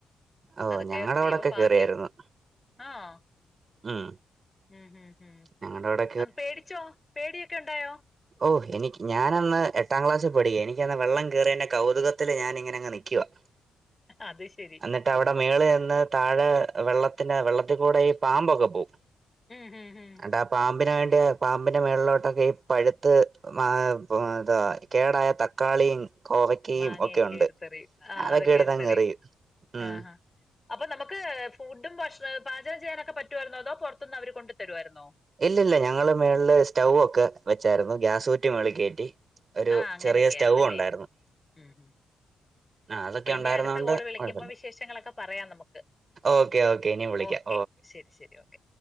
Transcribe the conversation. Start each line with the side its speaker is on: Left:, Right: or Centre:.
Right: ഓഹ്
Left: അതൊക്കെ
Right: ഞങ്ങടെ അവിടൊക്ക
Left: ദൈവഭാഗ്യം
Right: കേറിയായിരുന്നു
Left: ആഹ്
Right: ഉം
Left: ഉം മ്ഹ് മ്ഹ്
Right: ഞങ്ങടെ അവിടെ
Left: അന്ന് പേടിച്ചോ പേടിയൊക്കെ ഉണ്ടായോ
Right: ഓഹ് എനിക് ഞാനന്ന് എട്ടാം ക്ലാസിൽ പഠിക്കാ എനിക്കന്ന് വെള്ളം കേറിയേന്റെ കൗതുകത്തില് ഞാനിങ്ങനെ അങ്ങ് നി <unintelligible>
Left: അത് ശരി
Right: എന്നിട്ട് അവിടെ മേളി വന്ന് താഴെ വെള്ളത്തിന് വെള്ളത്തിൽ കൂടെ ഈ പാമ്പൊക്കെ പോവും
Left: ഉം ഉം ഉം
Right: എന്നിട്ട് ആ പാമ്പിന് വേണ്ടി പാമ്പിന്റെ മേളിലോട്ടൊക്കെയും പഴുത്ത് ആഹ് ഇത് കേടായ തക്കാളിയും കോവക്കയും
Left: മാങ്ങയൊക്കെ
Right: ഒക്കെ ഉണ്ട്
Left: എടുത്തെറിയും ആഹ്
Right: അതൊക്കെ എടുത്ത്
Left: എടുത്തെറിയും
Right: അങ്ങ് എറിയും മ്ഹ്
Left: ആഹ് അപ്പൊ നമുക്ക് ഫുഡും ഭക്ഷണം പാചകം ചെയ്യാനൊക്കെ പറ്റുമായിരുന്നോ അതോ പൊറത്തിന്ന് അവര് കൊണ്ടു തരുമായിരുന്നോ
Right: ഇല്ലില്ല ഞങ്ങള് മേളില് സ്റ്റവ് ഒക്കെ വെച്ചായിരുന്നു ഗ്യാസ് കുറ്റി മേളിൽ കേറ്റി ഒരു
Left: ആഹ് അങ്ങനെയൊക്കെ
Right: ചെറിയ സ്റ്റൗ
Left: ആയിരുന്നല്ലേ
Right: ഉണ്ടായിരുന്നു
Left: ഉം ഉം
Right: ആ അതൊക്കെ
Left: അപ്പൊ ഇനി
Right: ഉണ്ടായിരുന്നോണ്ട്
Left: അടുത്ത കോള് വിളിക്കുമ്പോ
Right: കുഴപ്പമില്ല
Left: വിശേഷങ്ങളൊക്കെ പറയാം നമുക്ക്
Right: ഓക്കെ ഓക്കെ ഇനി വിളിക്കാം
Left: ഓക്കെ ശരി ശരി ഓക്കെ